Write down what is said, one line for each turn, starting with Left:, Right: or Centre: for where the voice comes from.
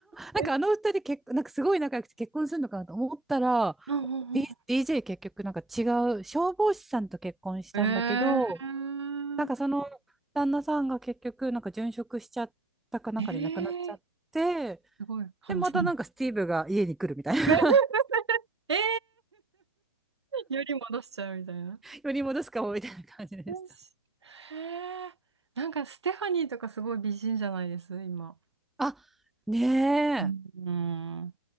Right: て。
Centre: なんかあの二人結、なんかすごい仲良くて結婚するのかなと思ったら、
Right: うんうん
Centre: DJ 結局なんか違う、消防士さんと結婚したんだけど、
Right: うんえー、
Centre: なんかその旦那さんが結局なんか殉職しちゃったかなんかで亡くなっちゃって、
Right: えー、すごい話せる。
Centre: で、またなんかスティーブが家に来るみたいな。
Right: <laughs> えー、<laughs> より戻しちゃうみたいな。よ
Centre: <laughs> より戻すかもみたいな感じでした。
Right: しへえ。なんかステファニーとかすごい美人じゃないです、今。
Centre: あ、ね
Right: うん。
Centre: え。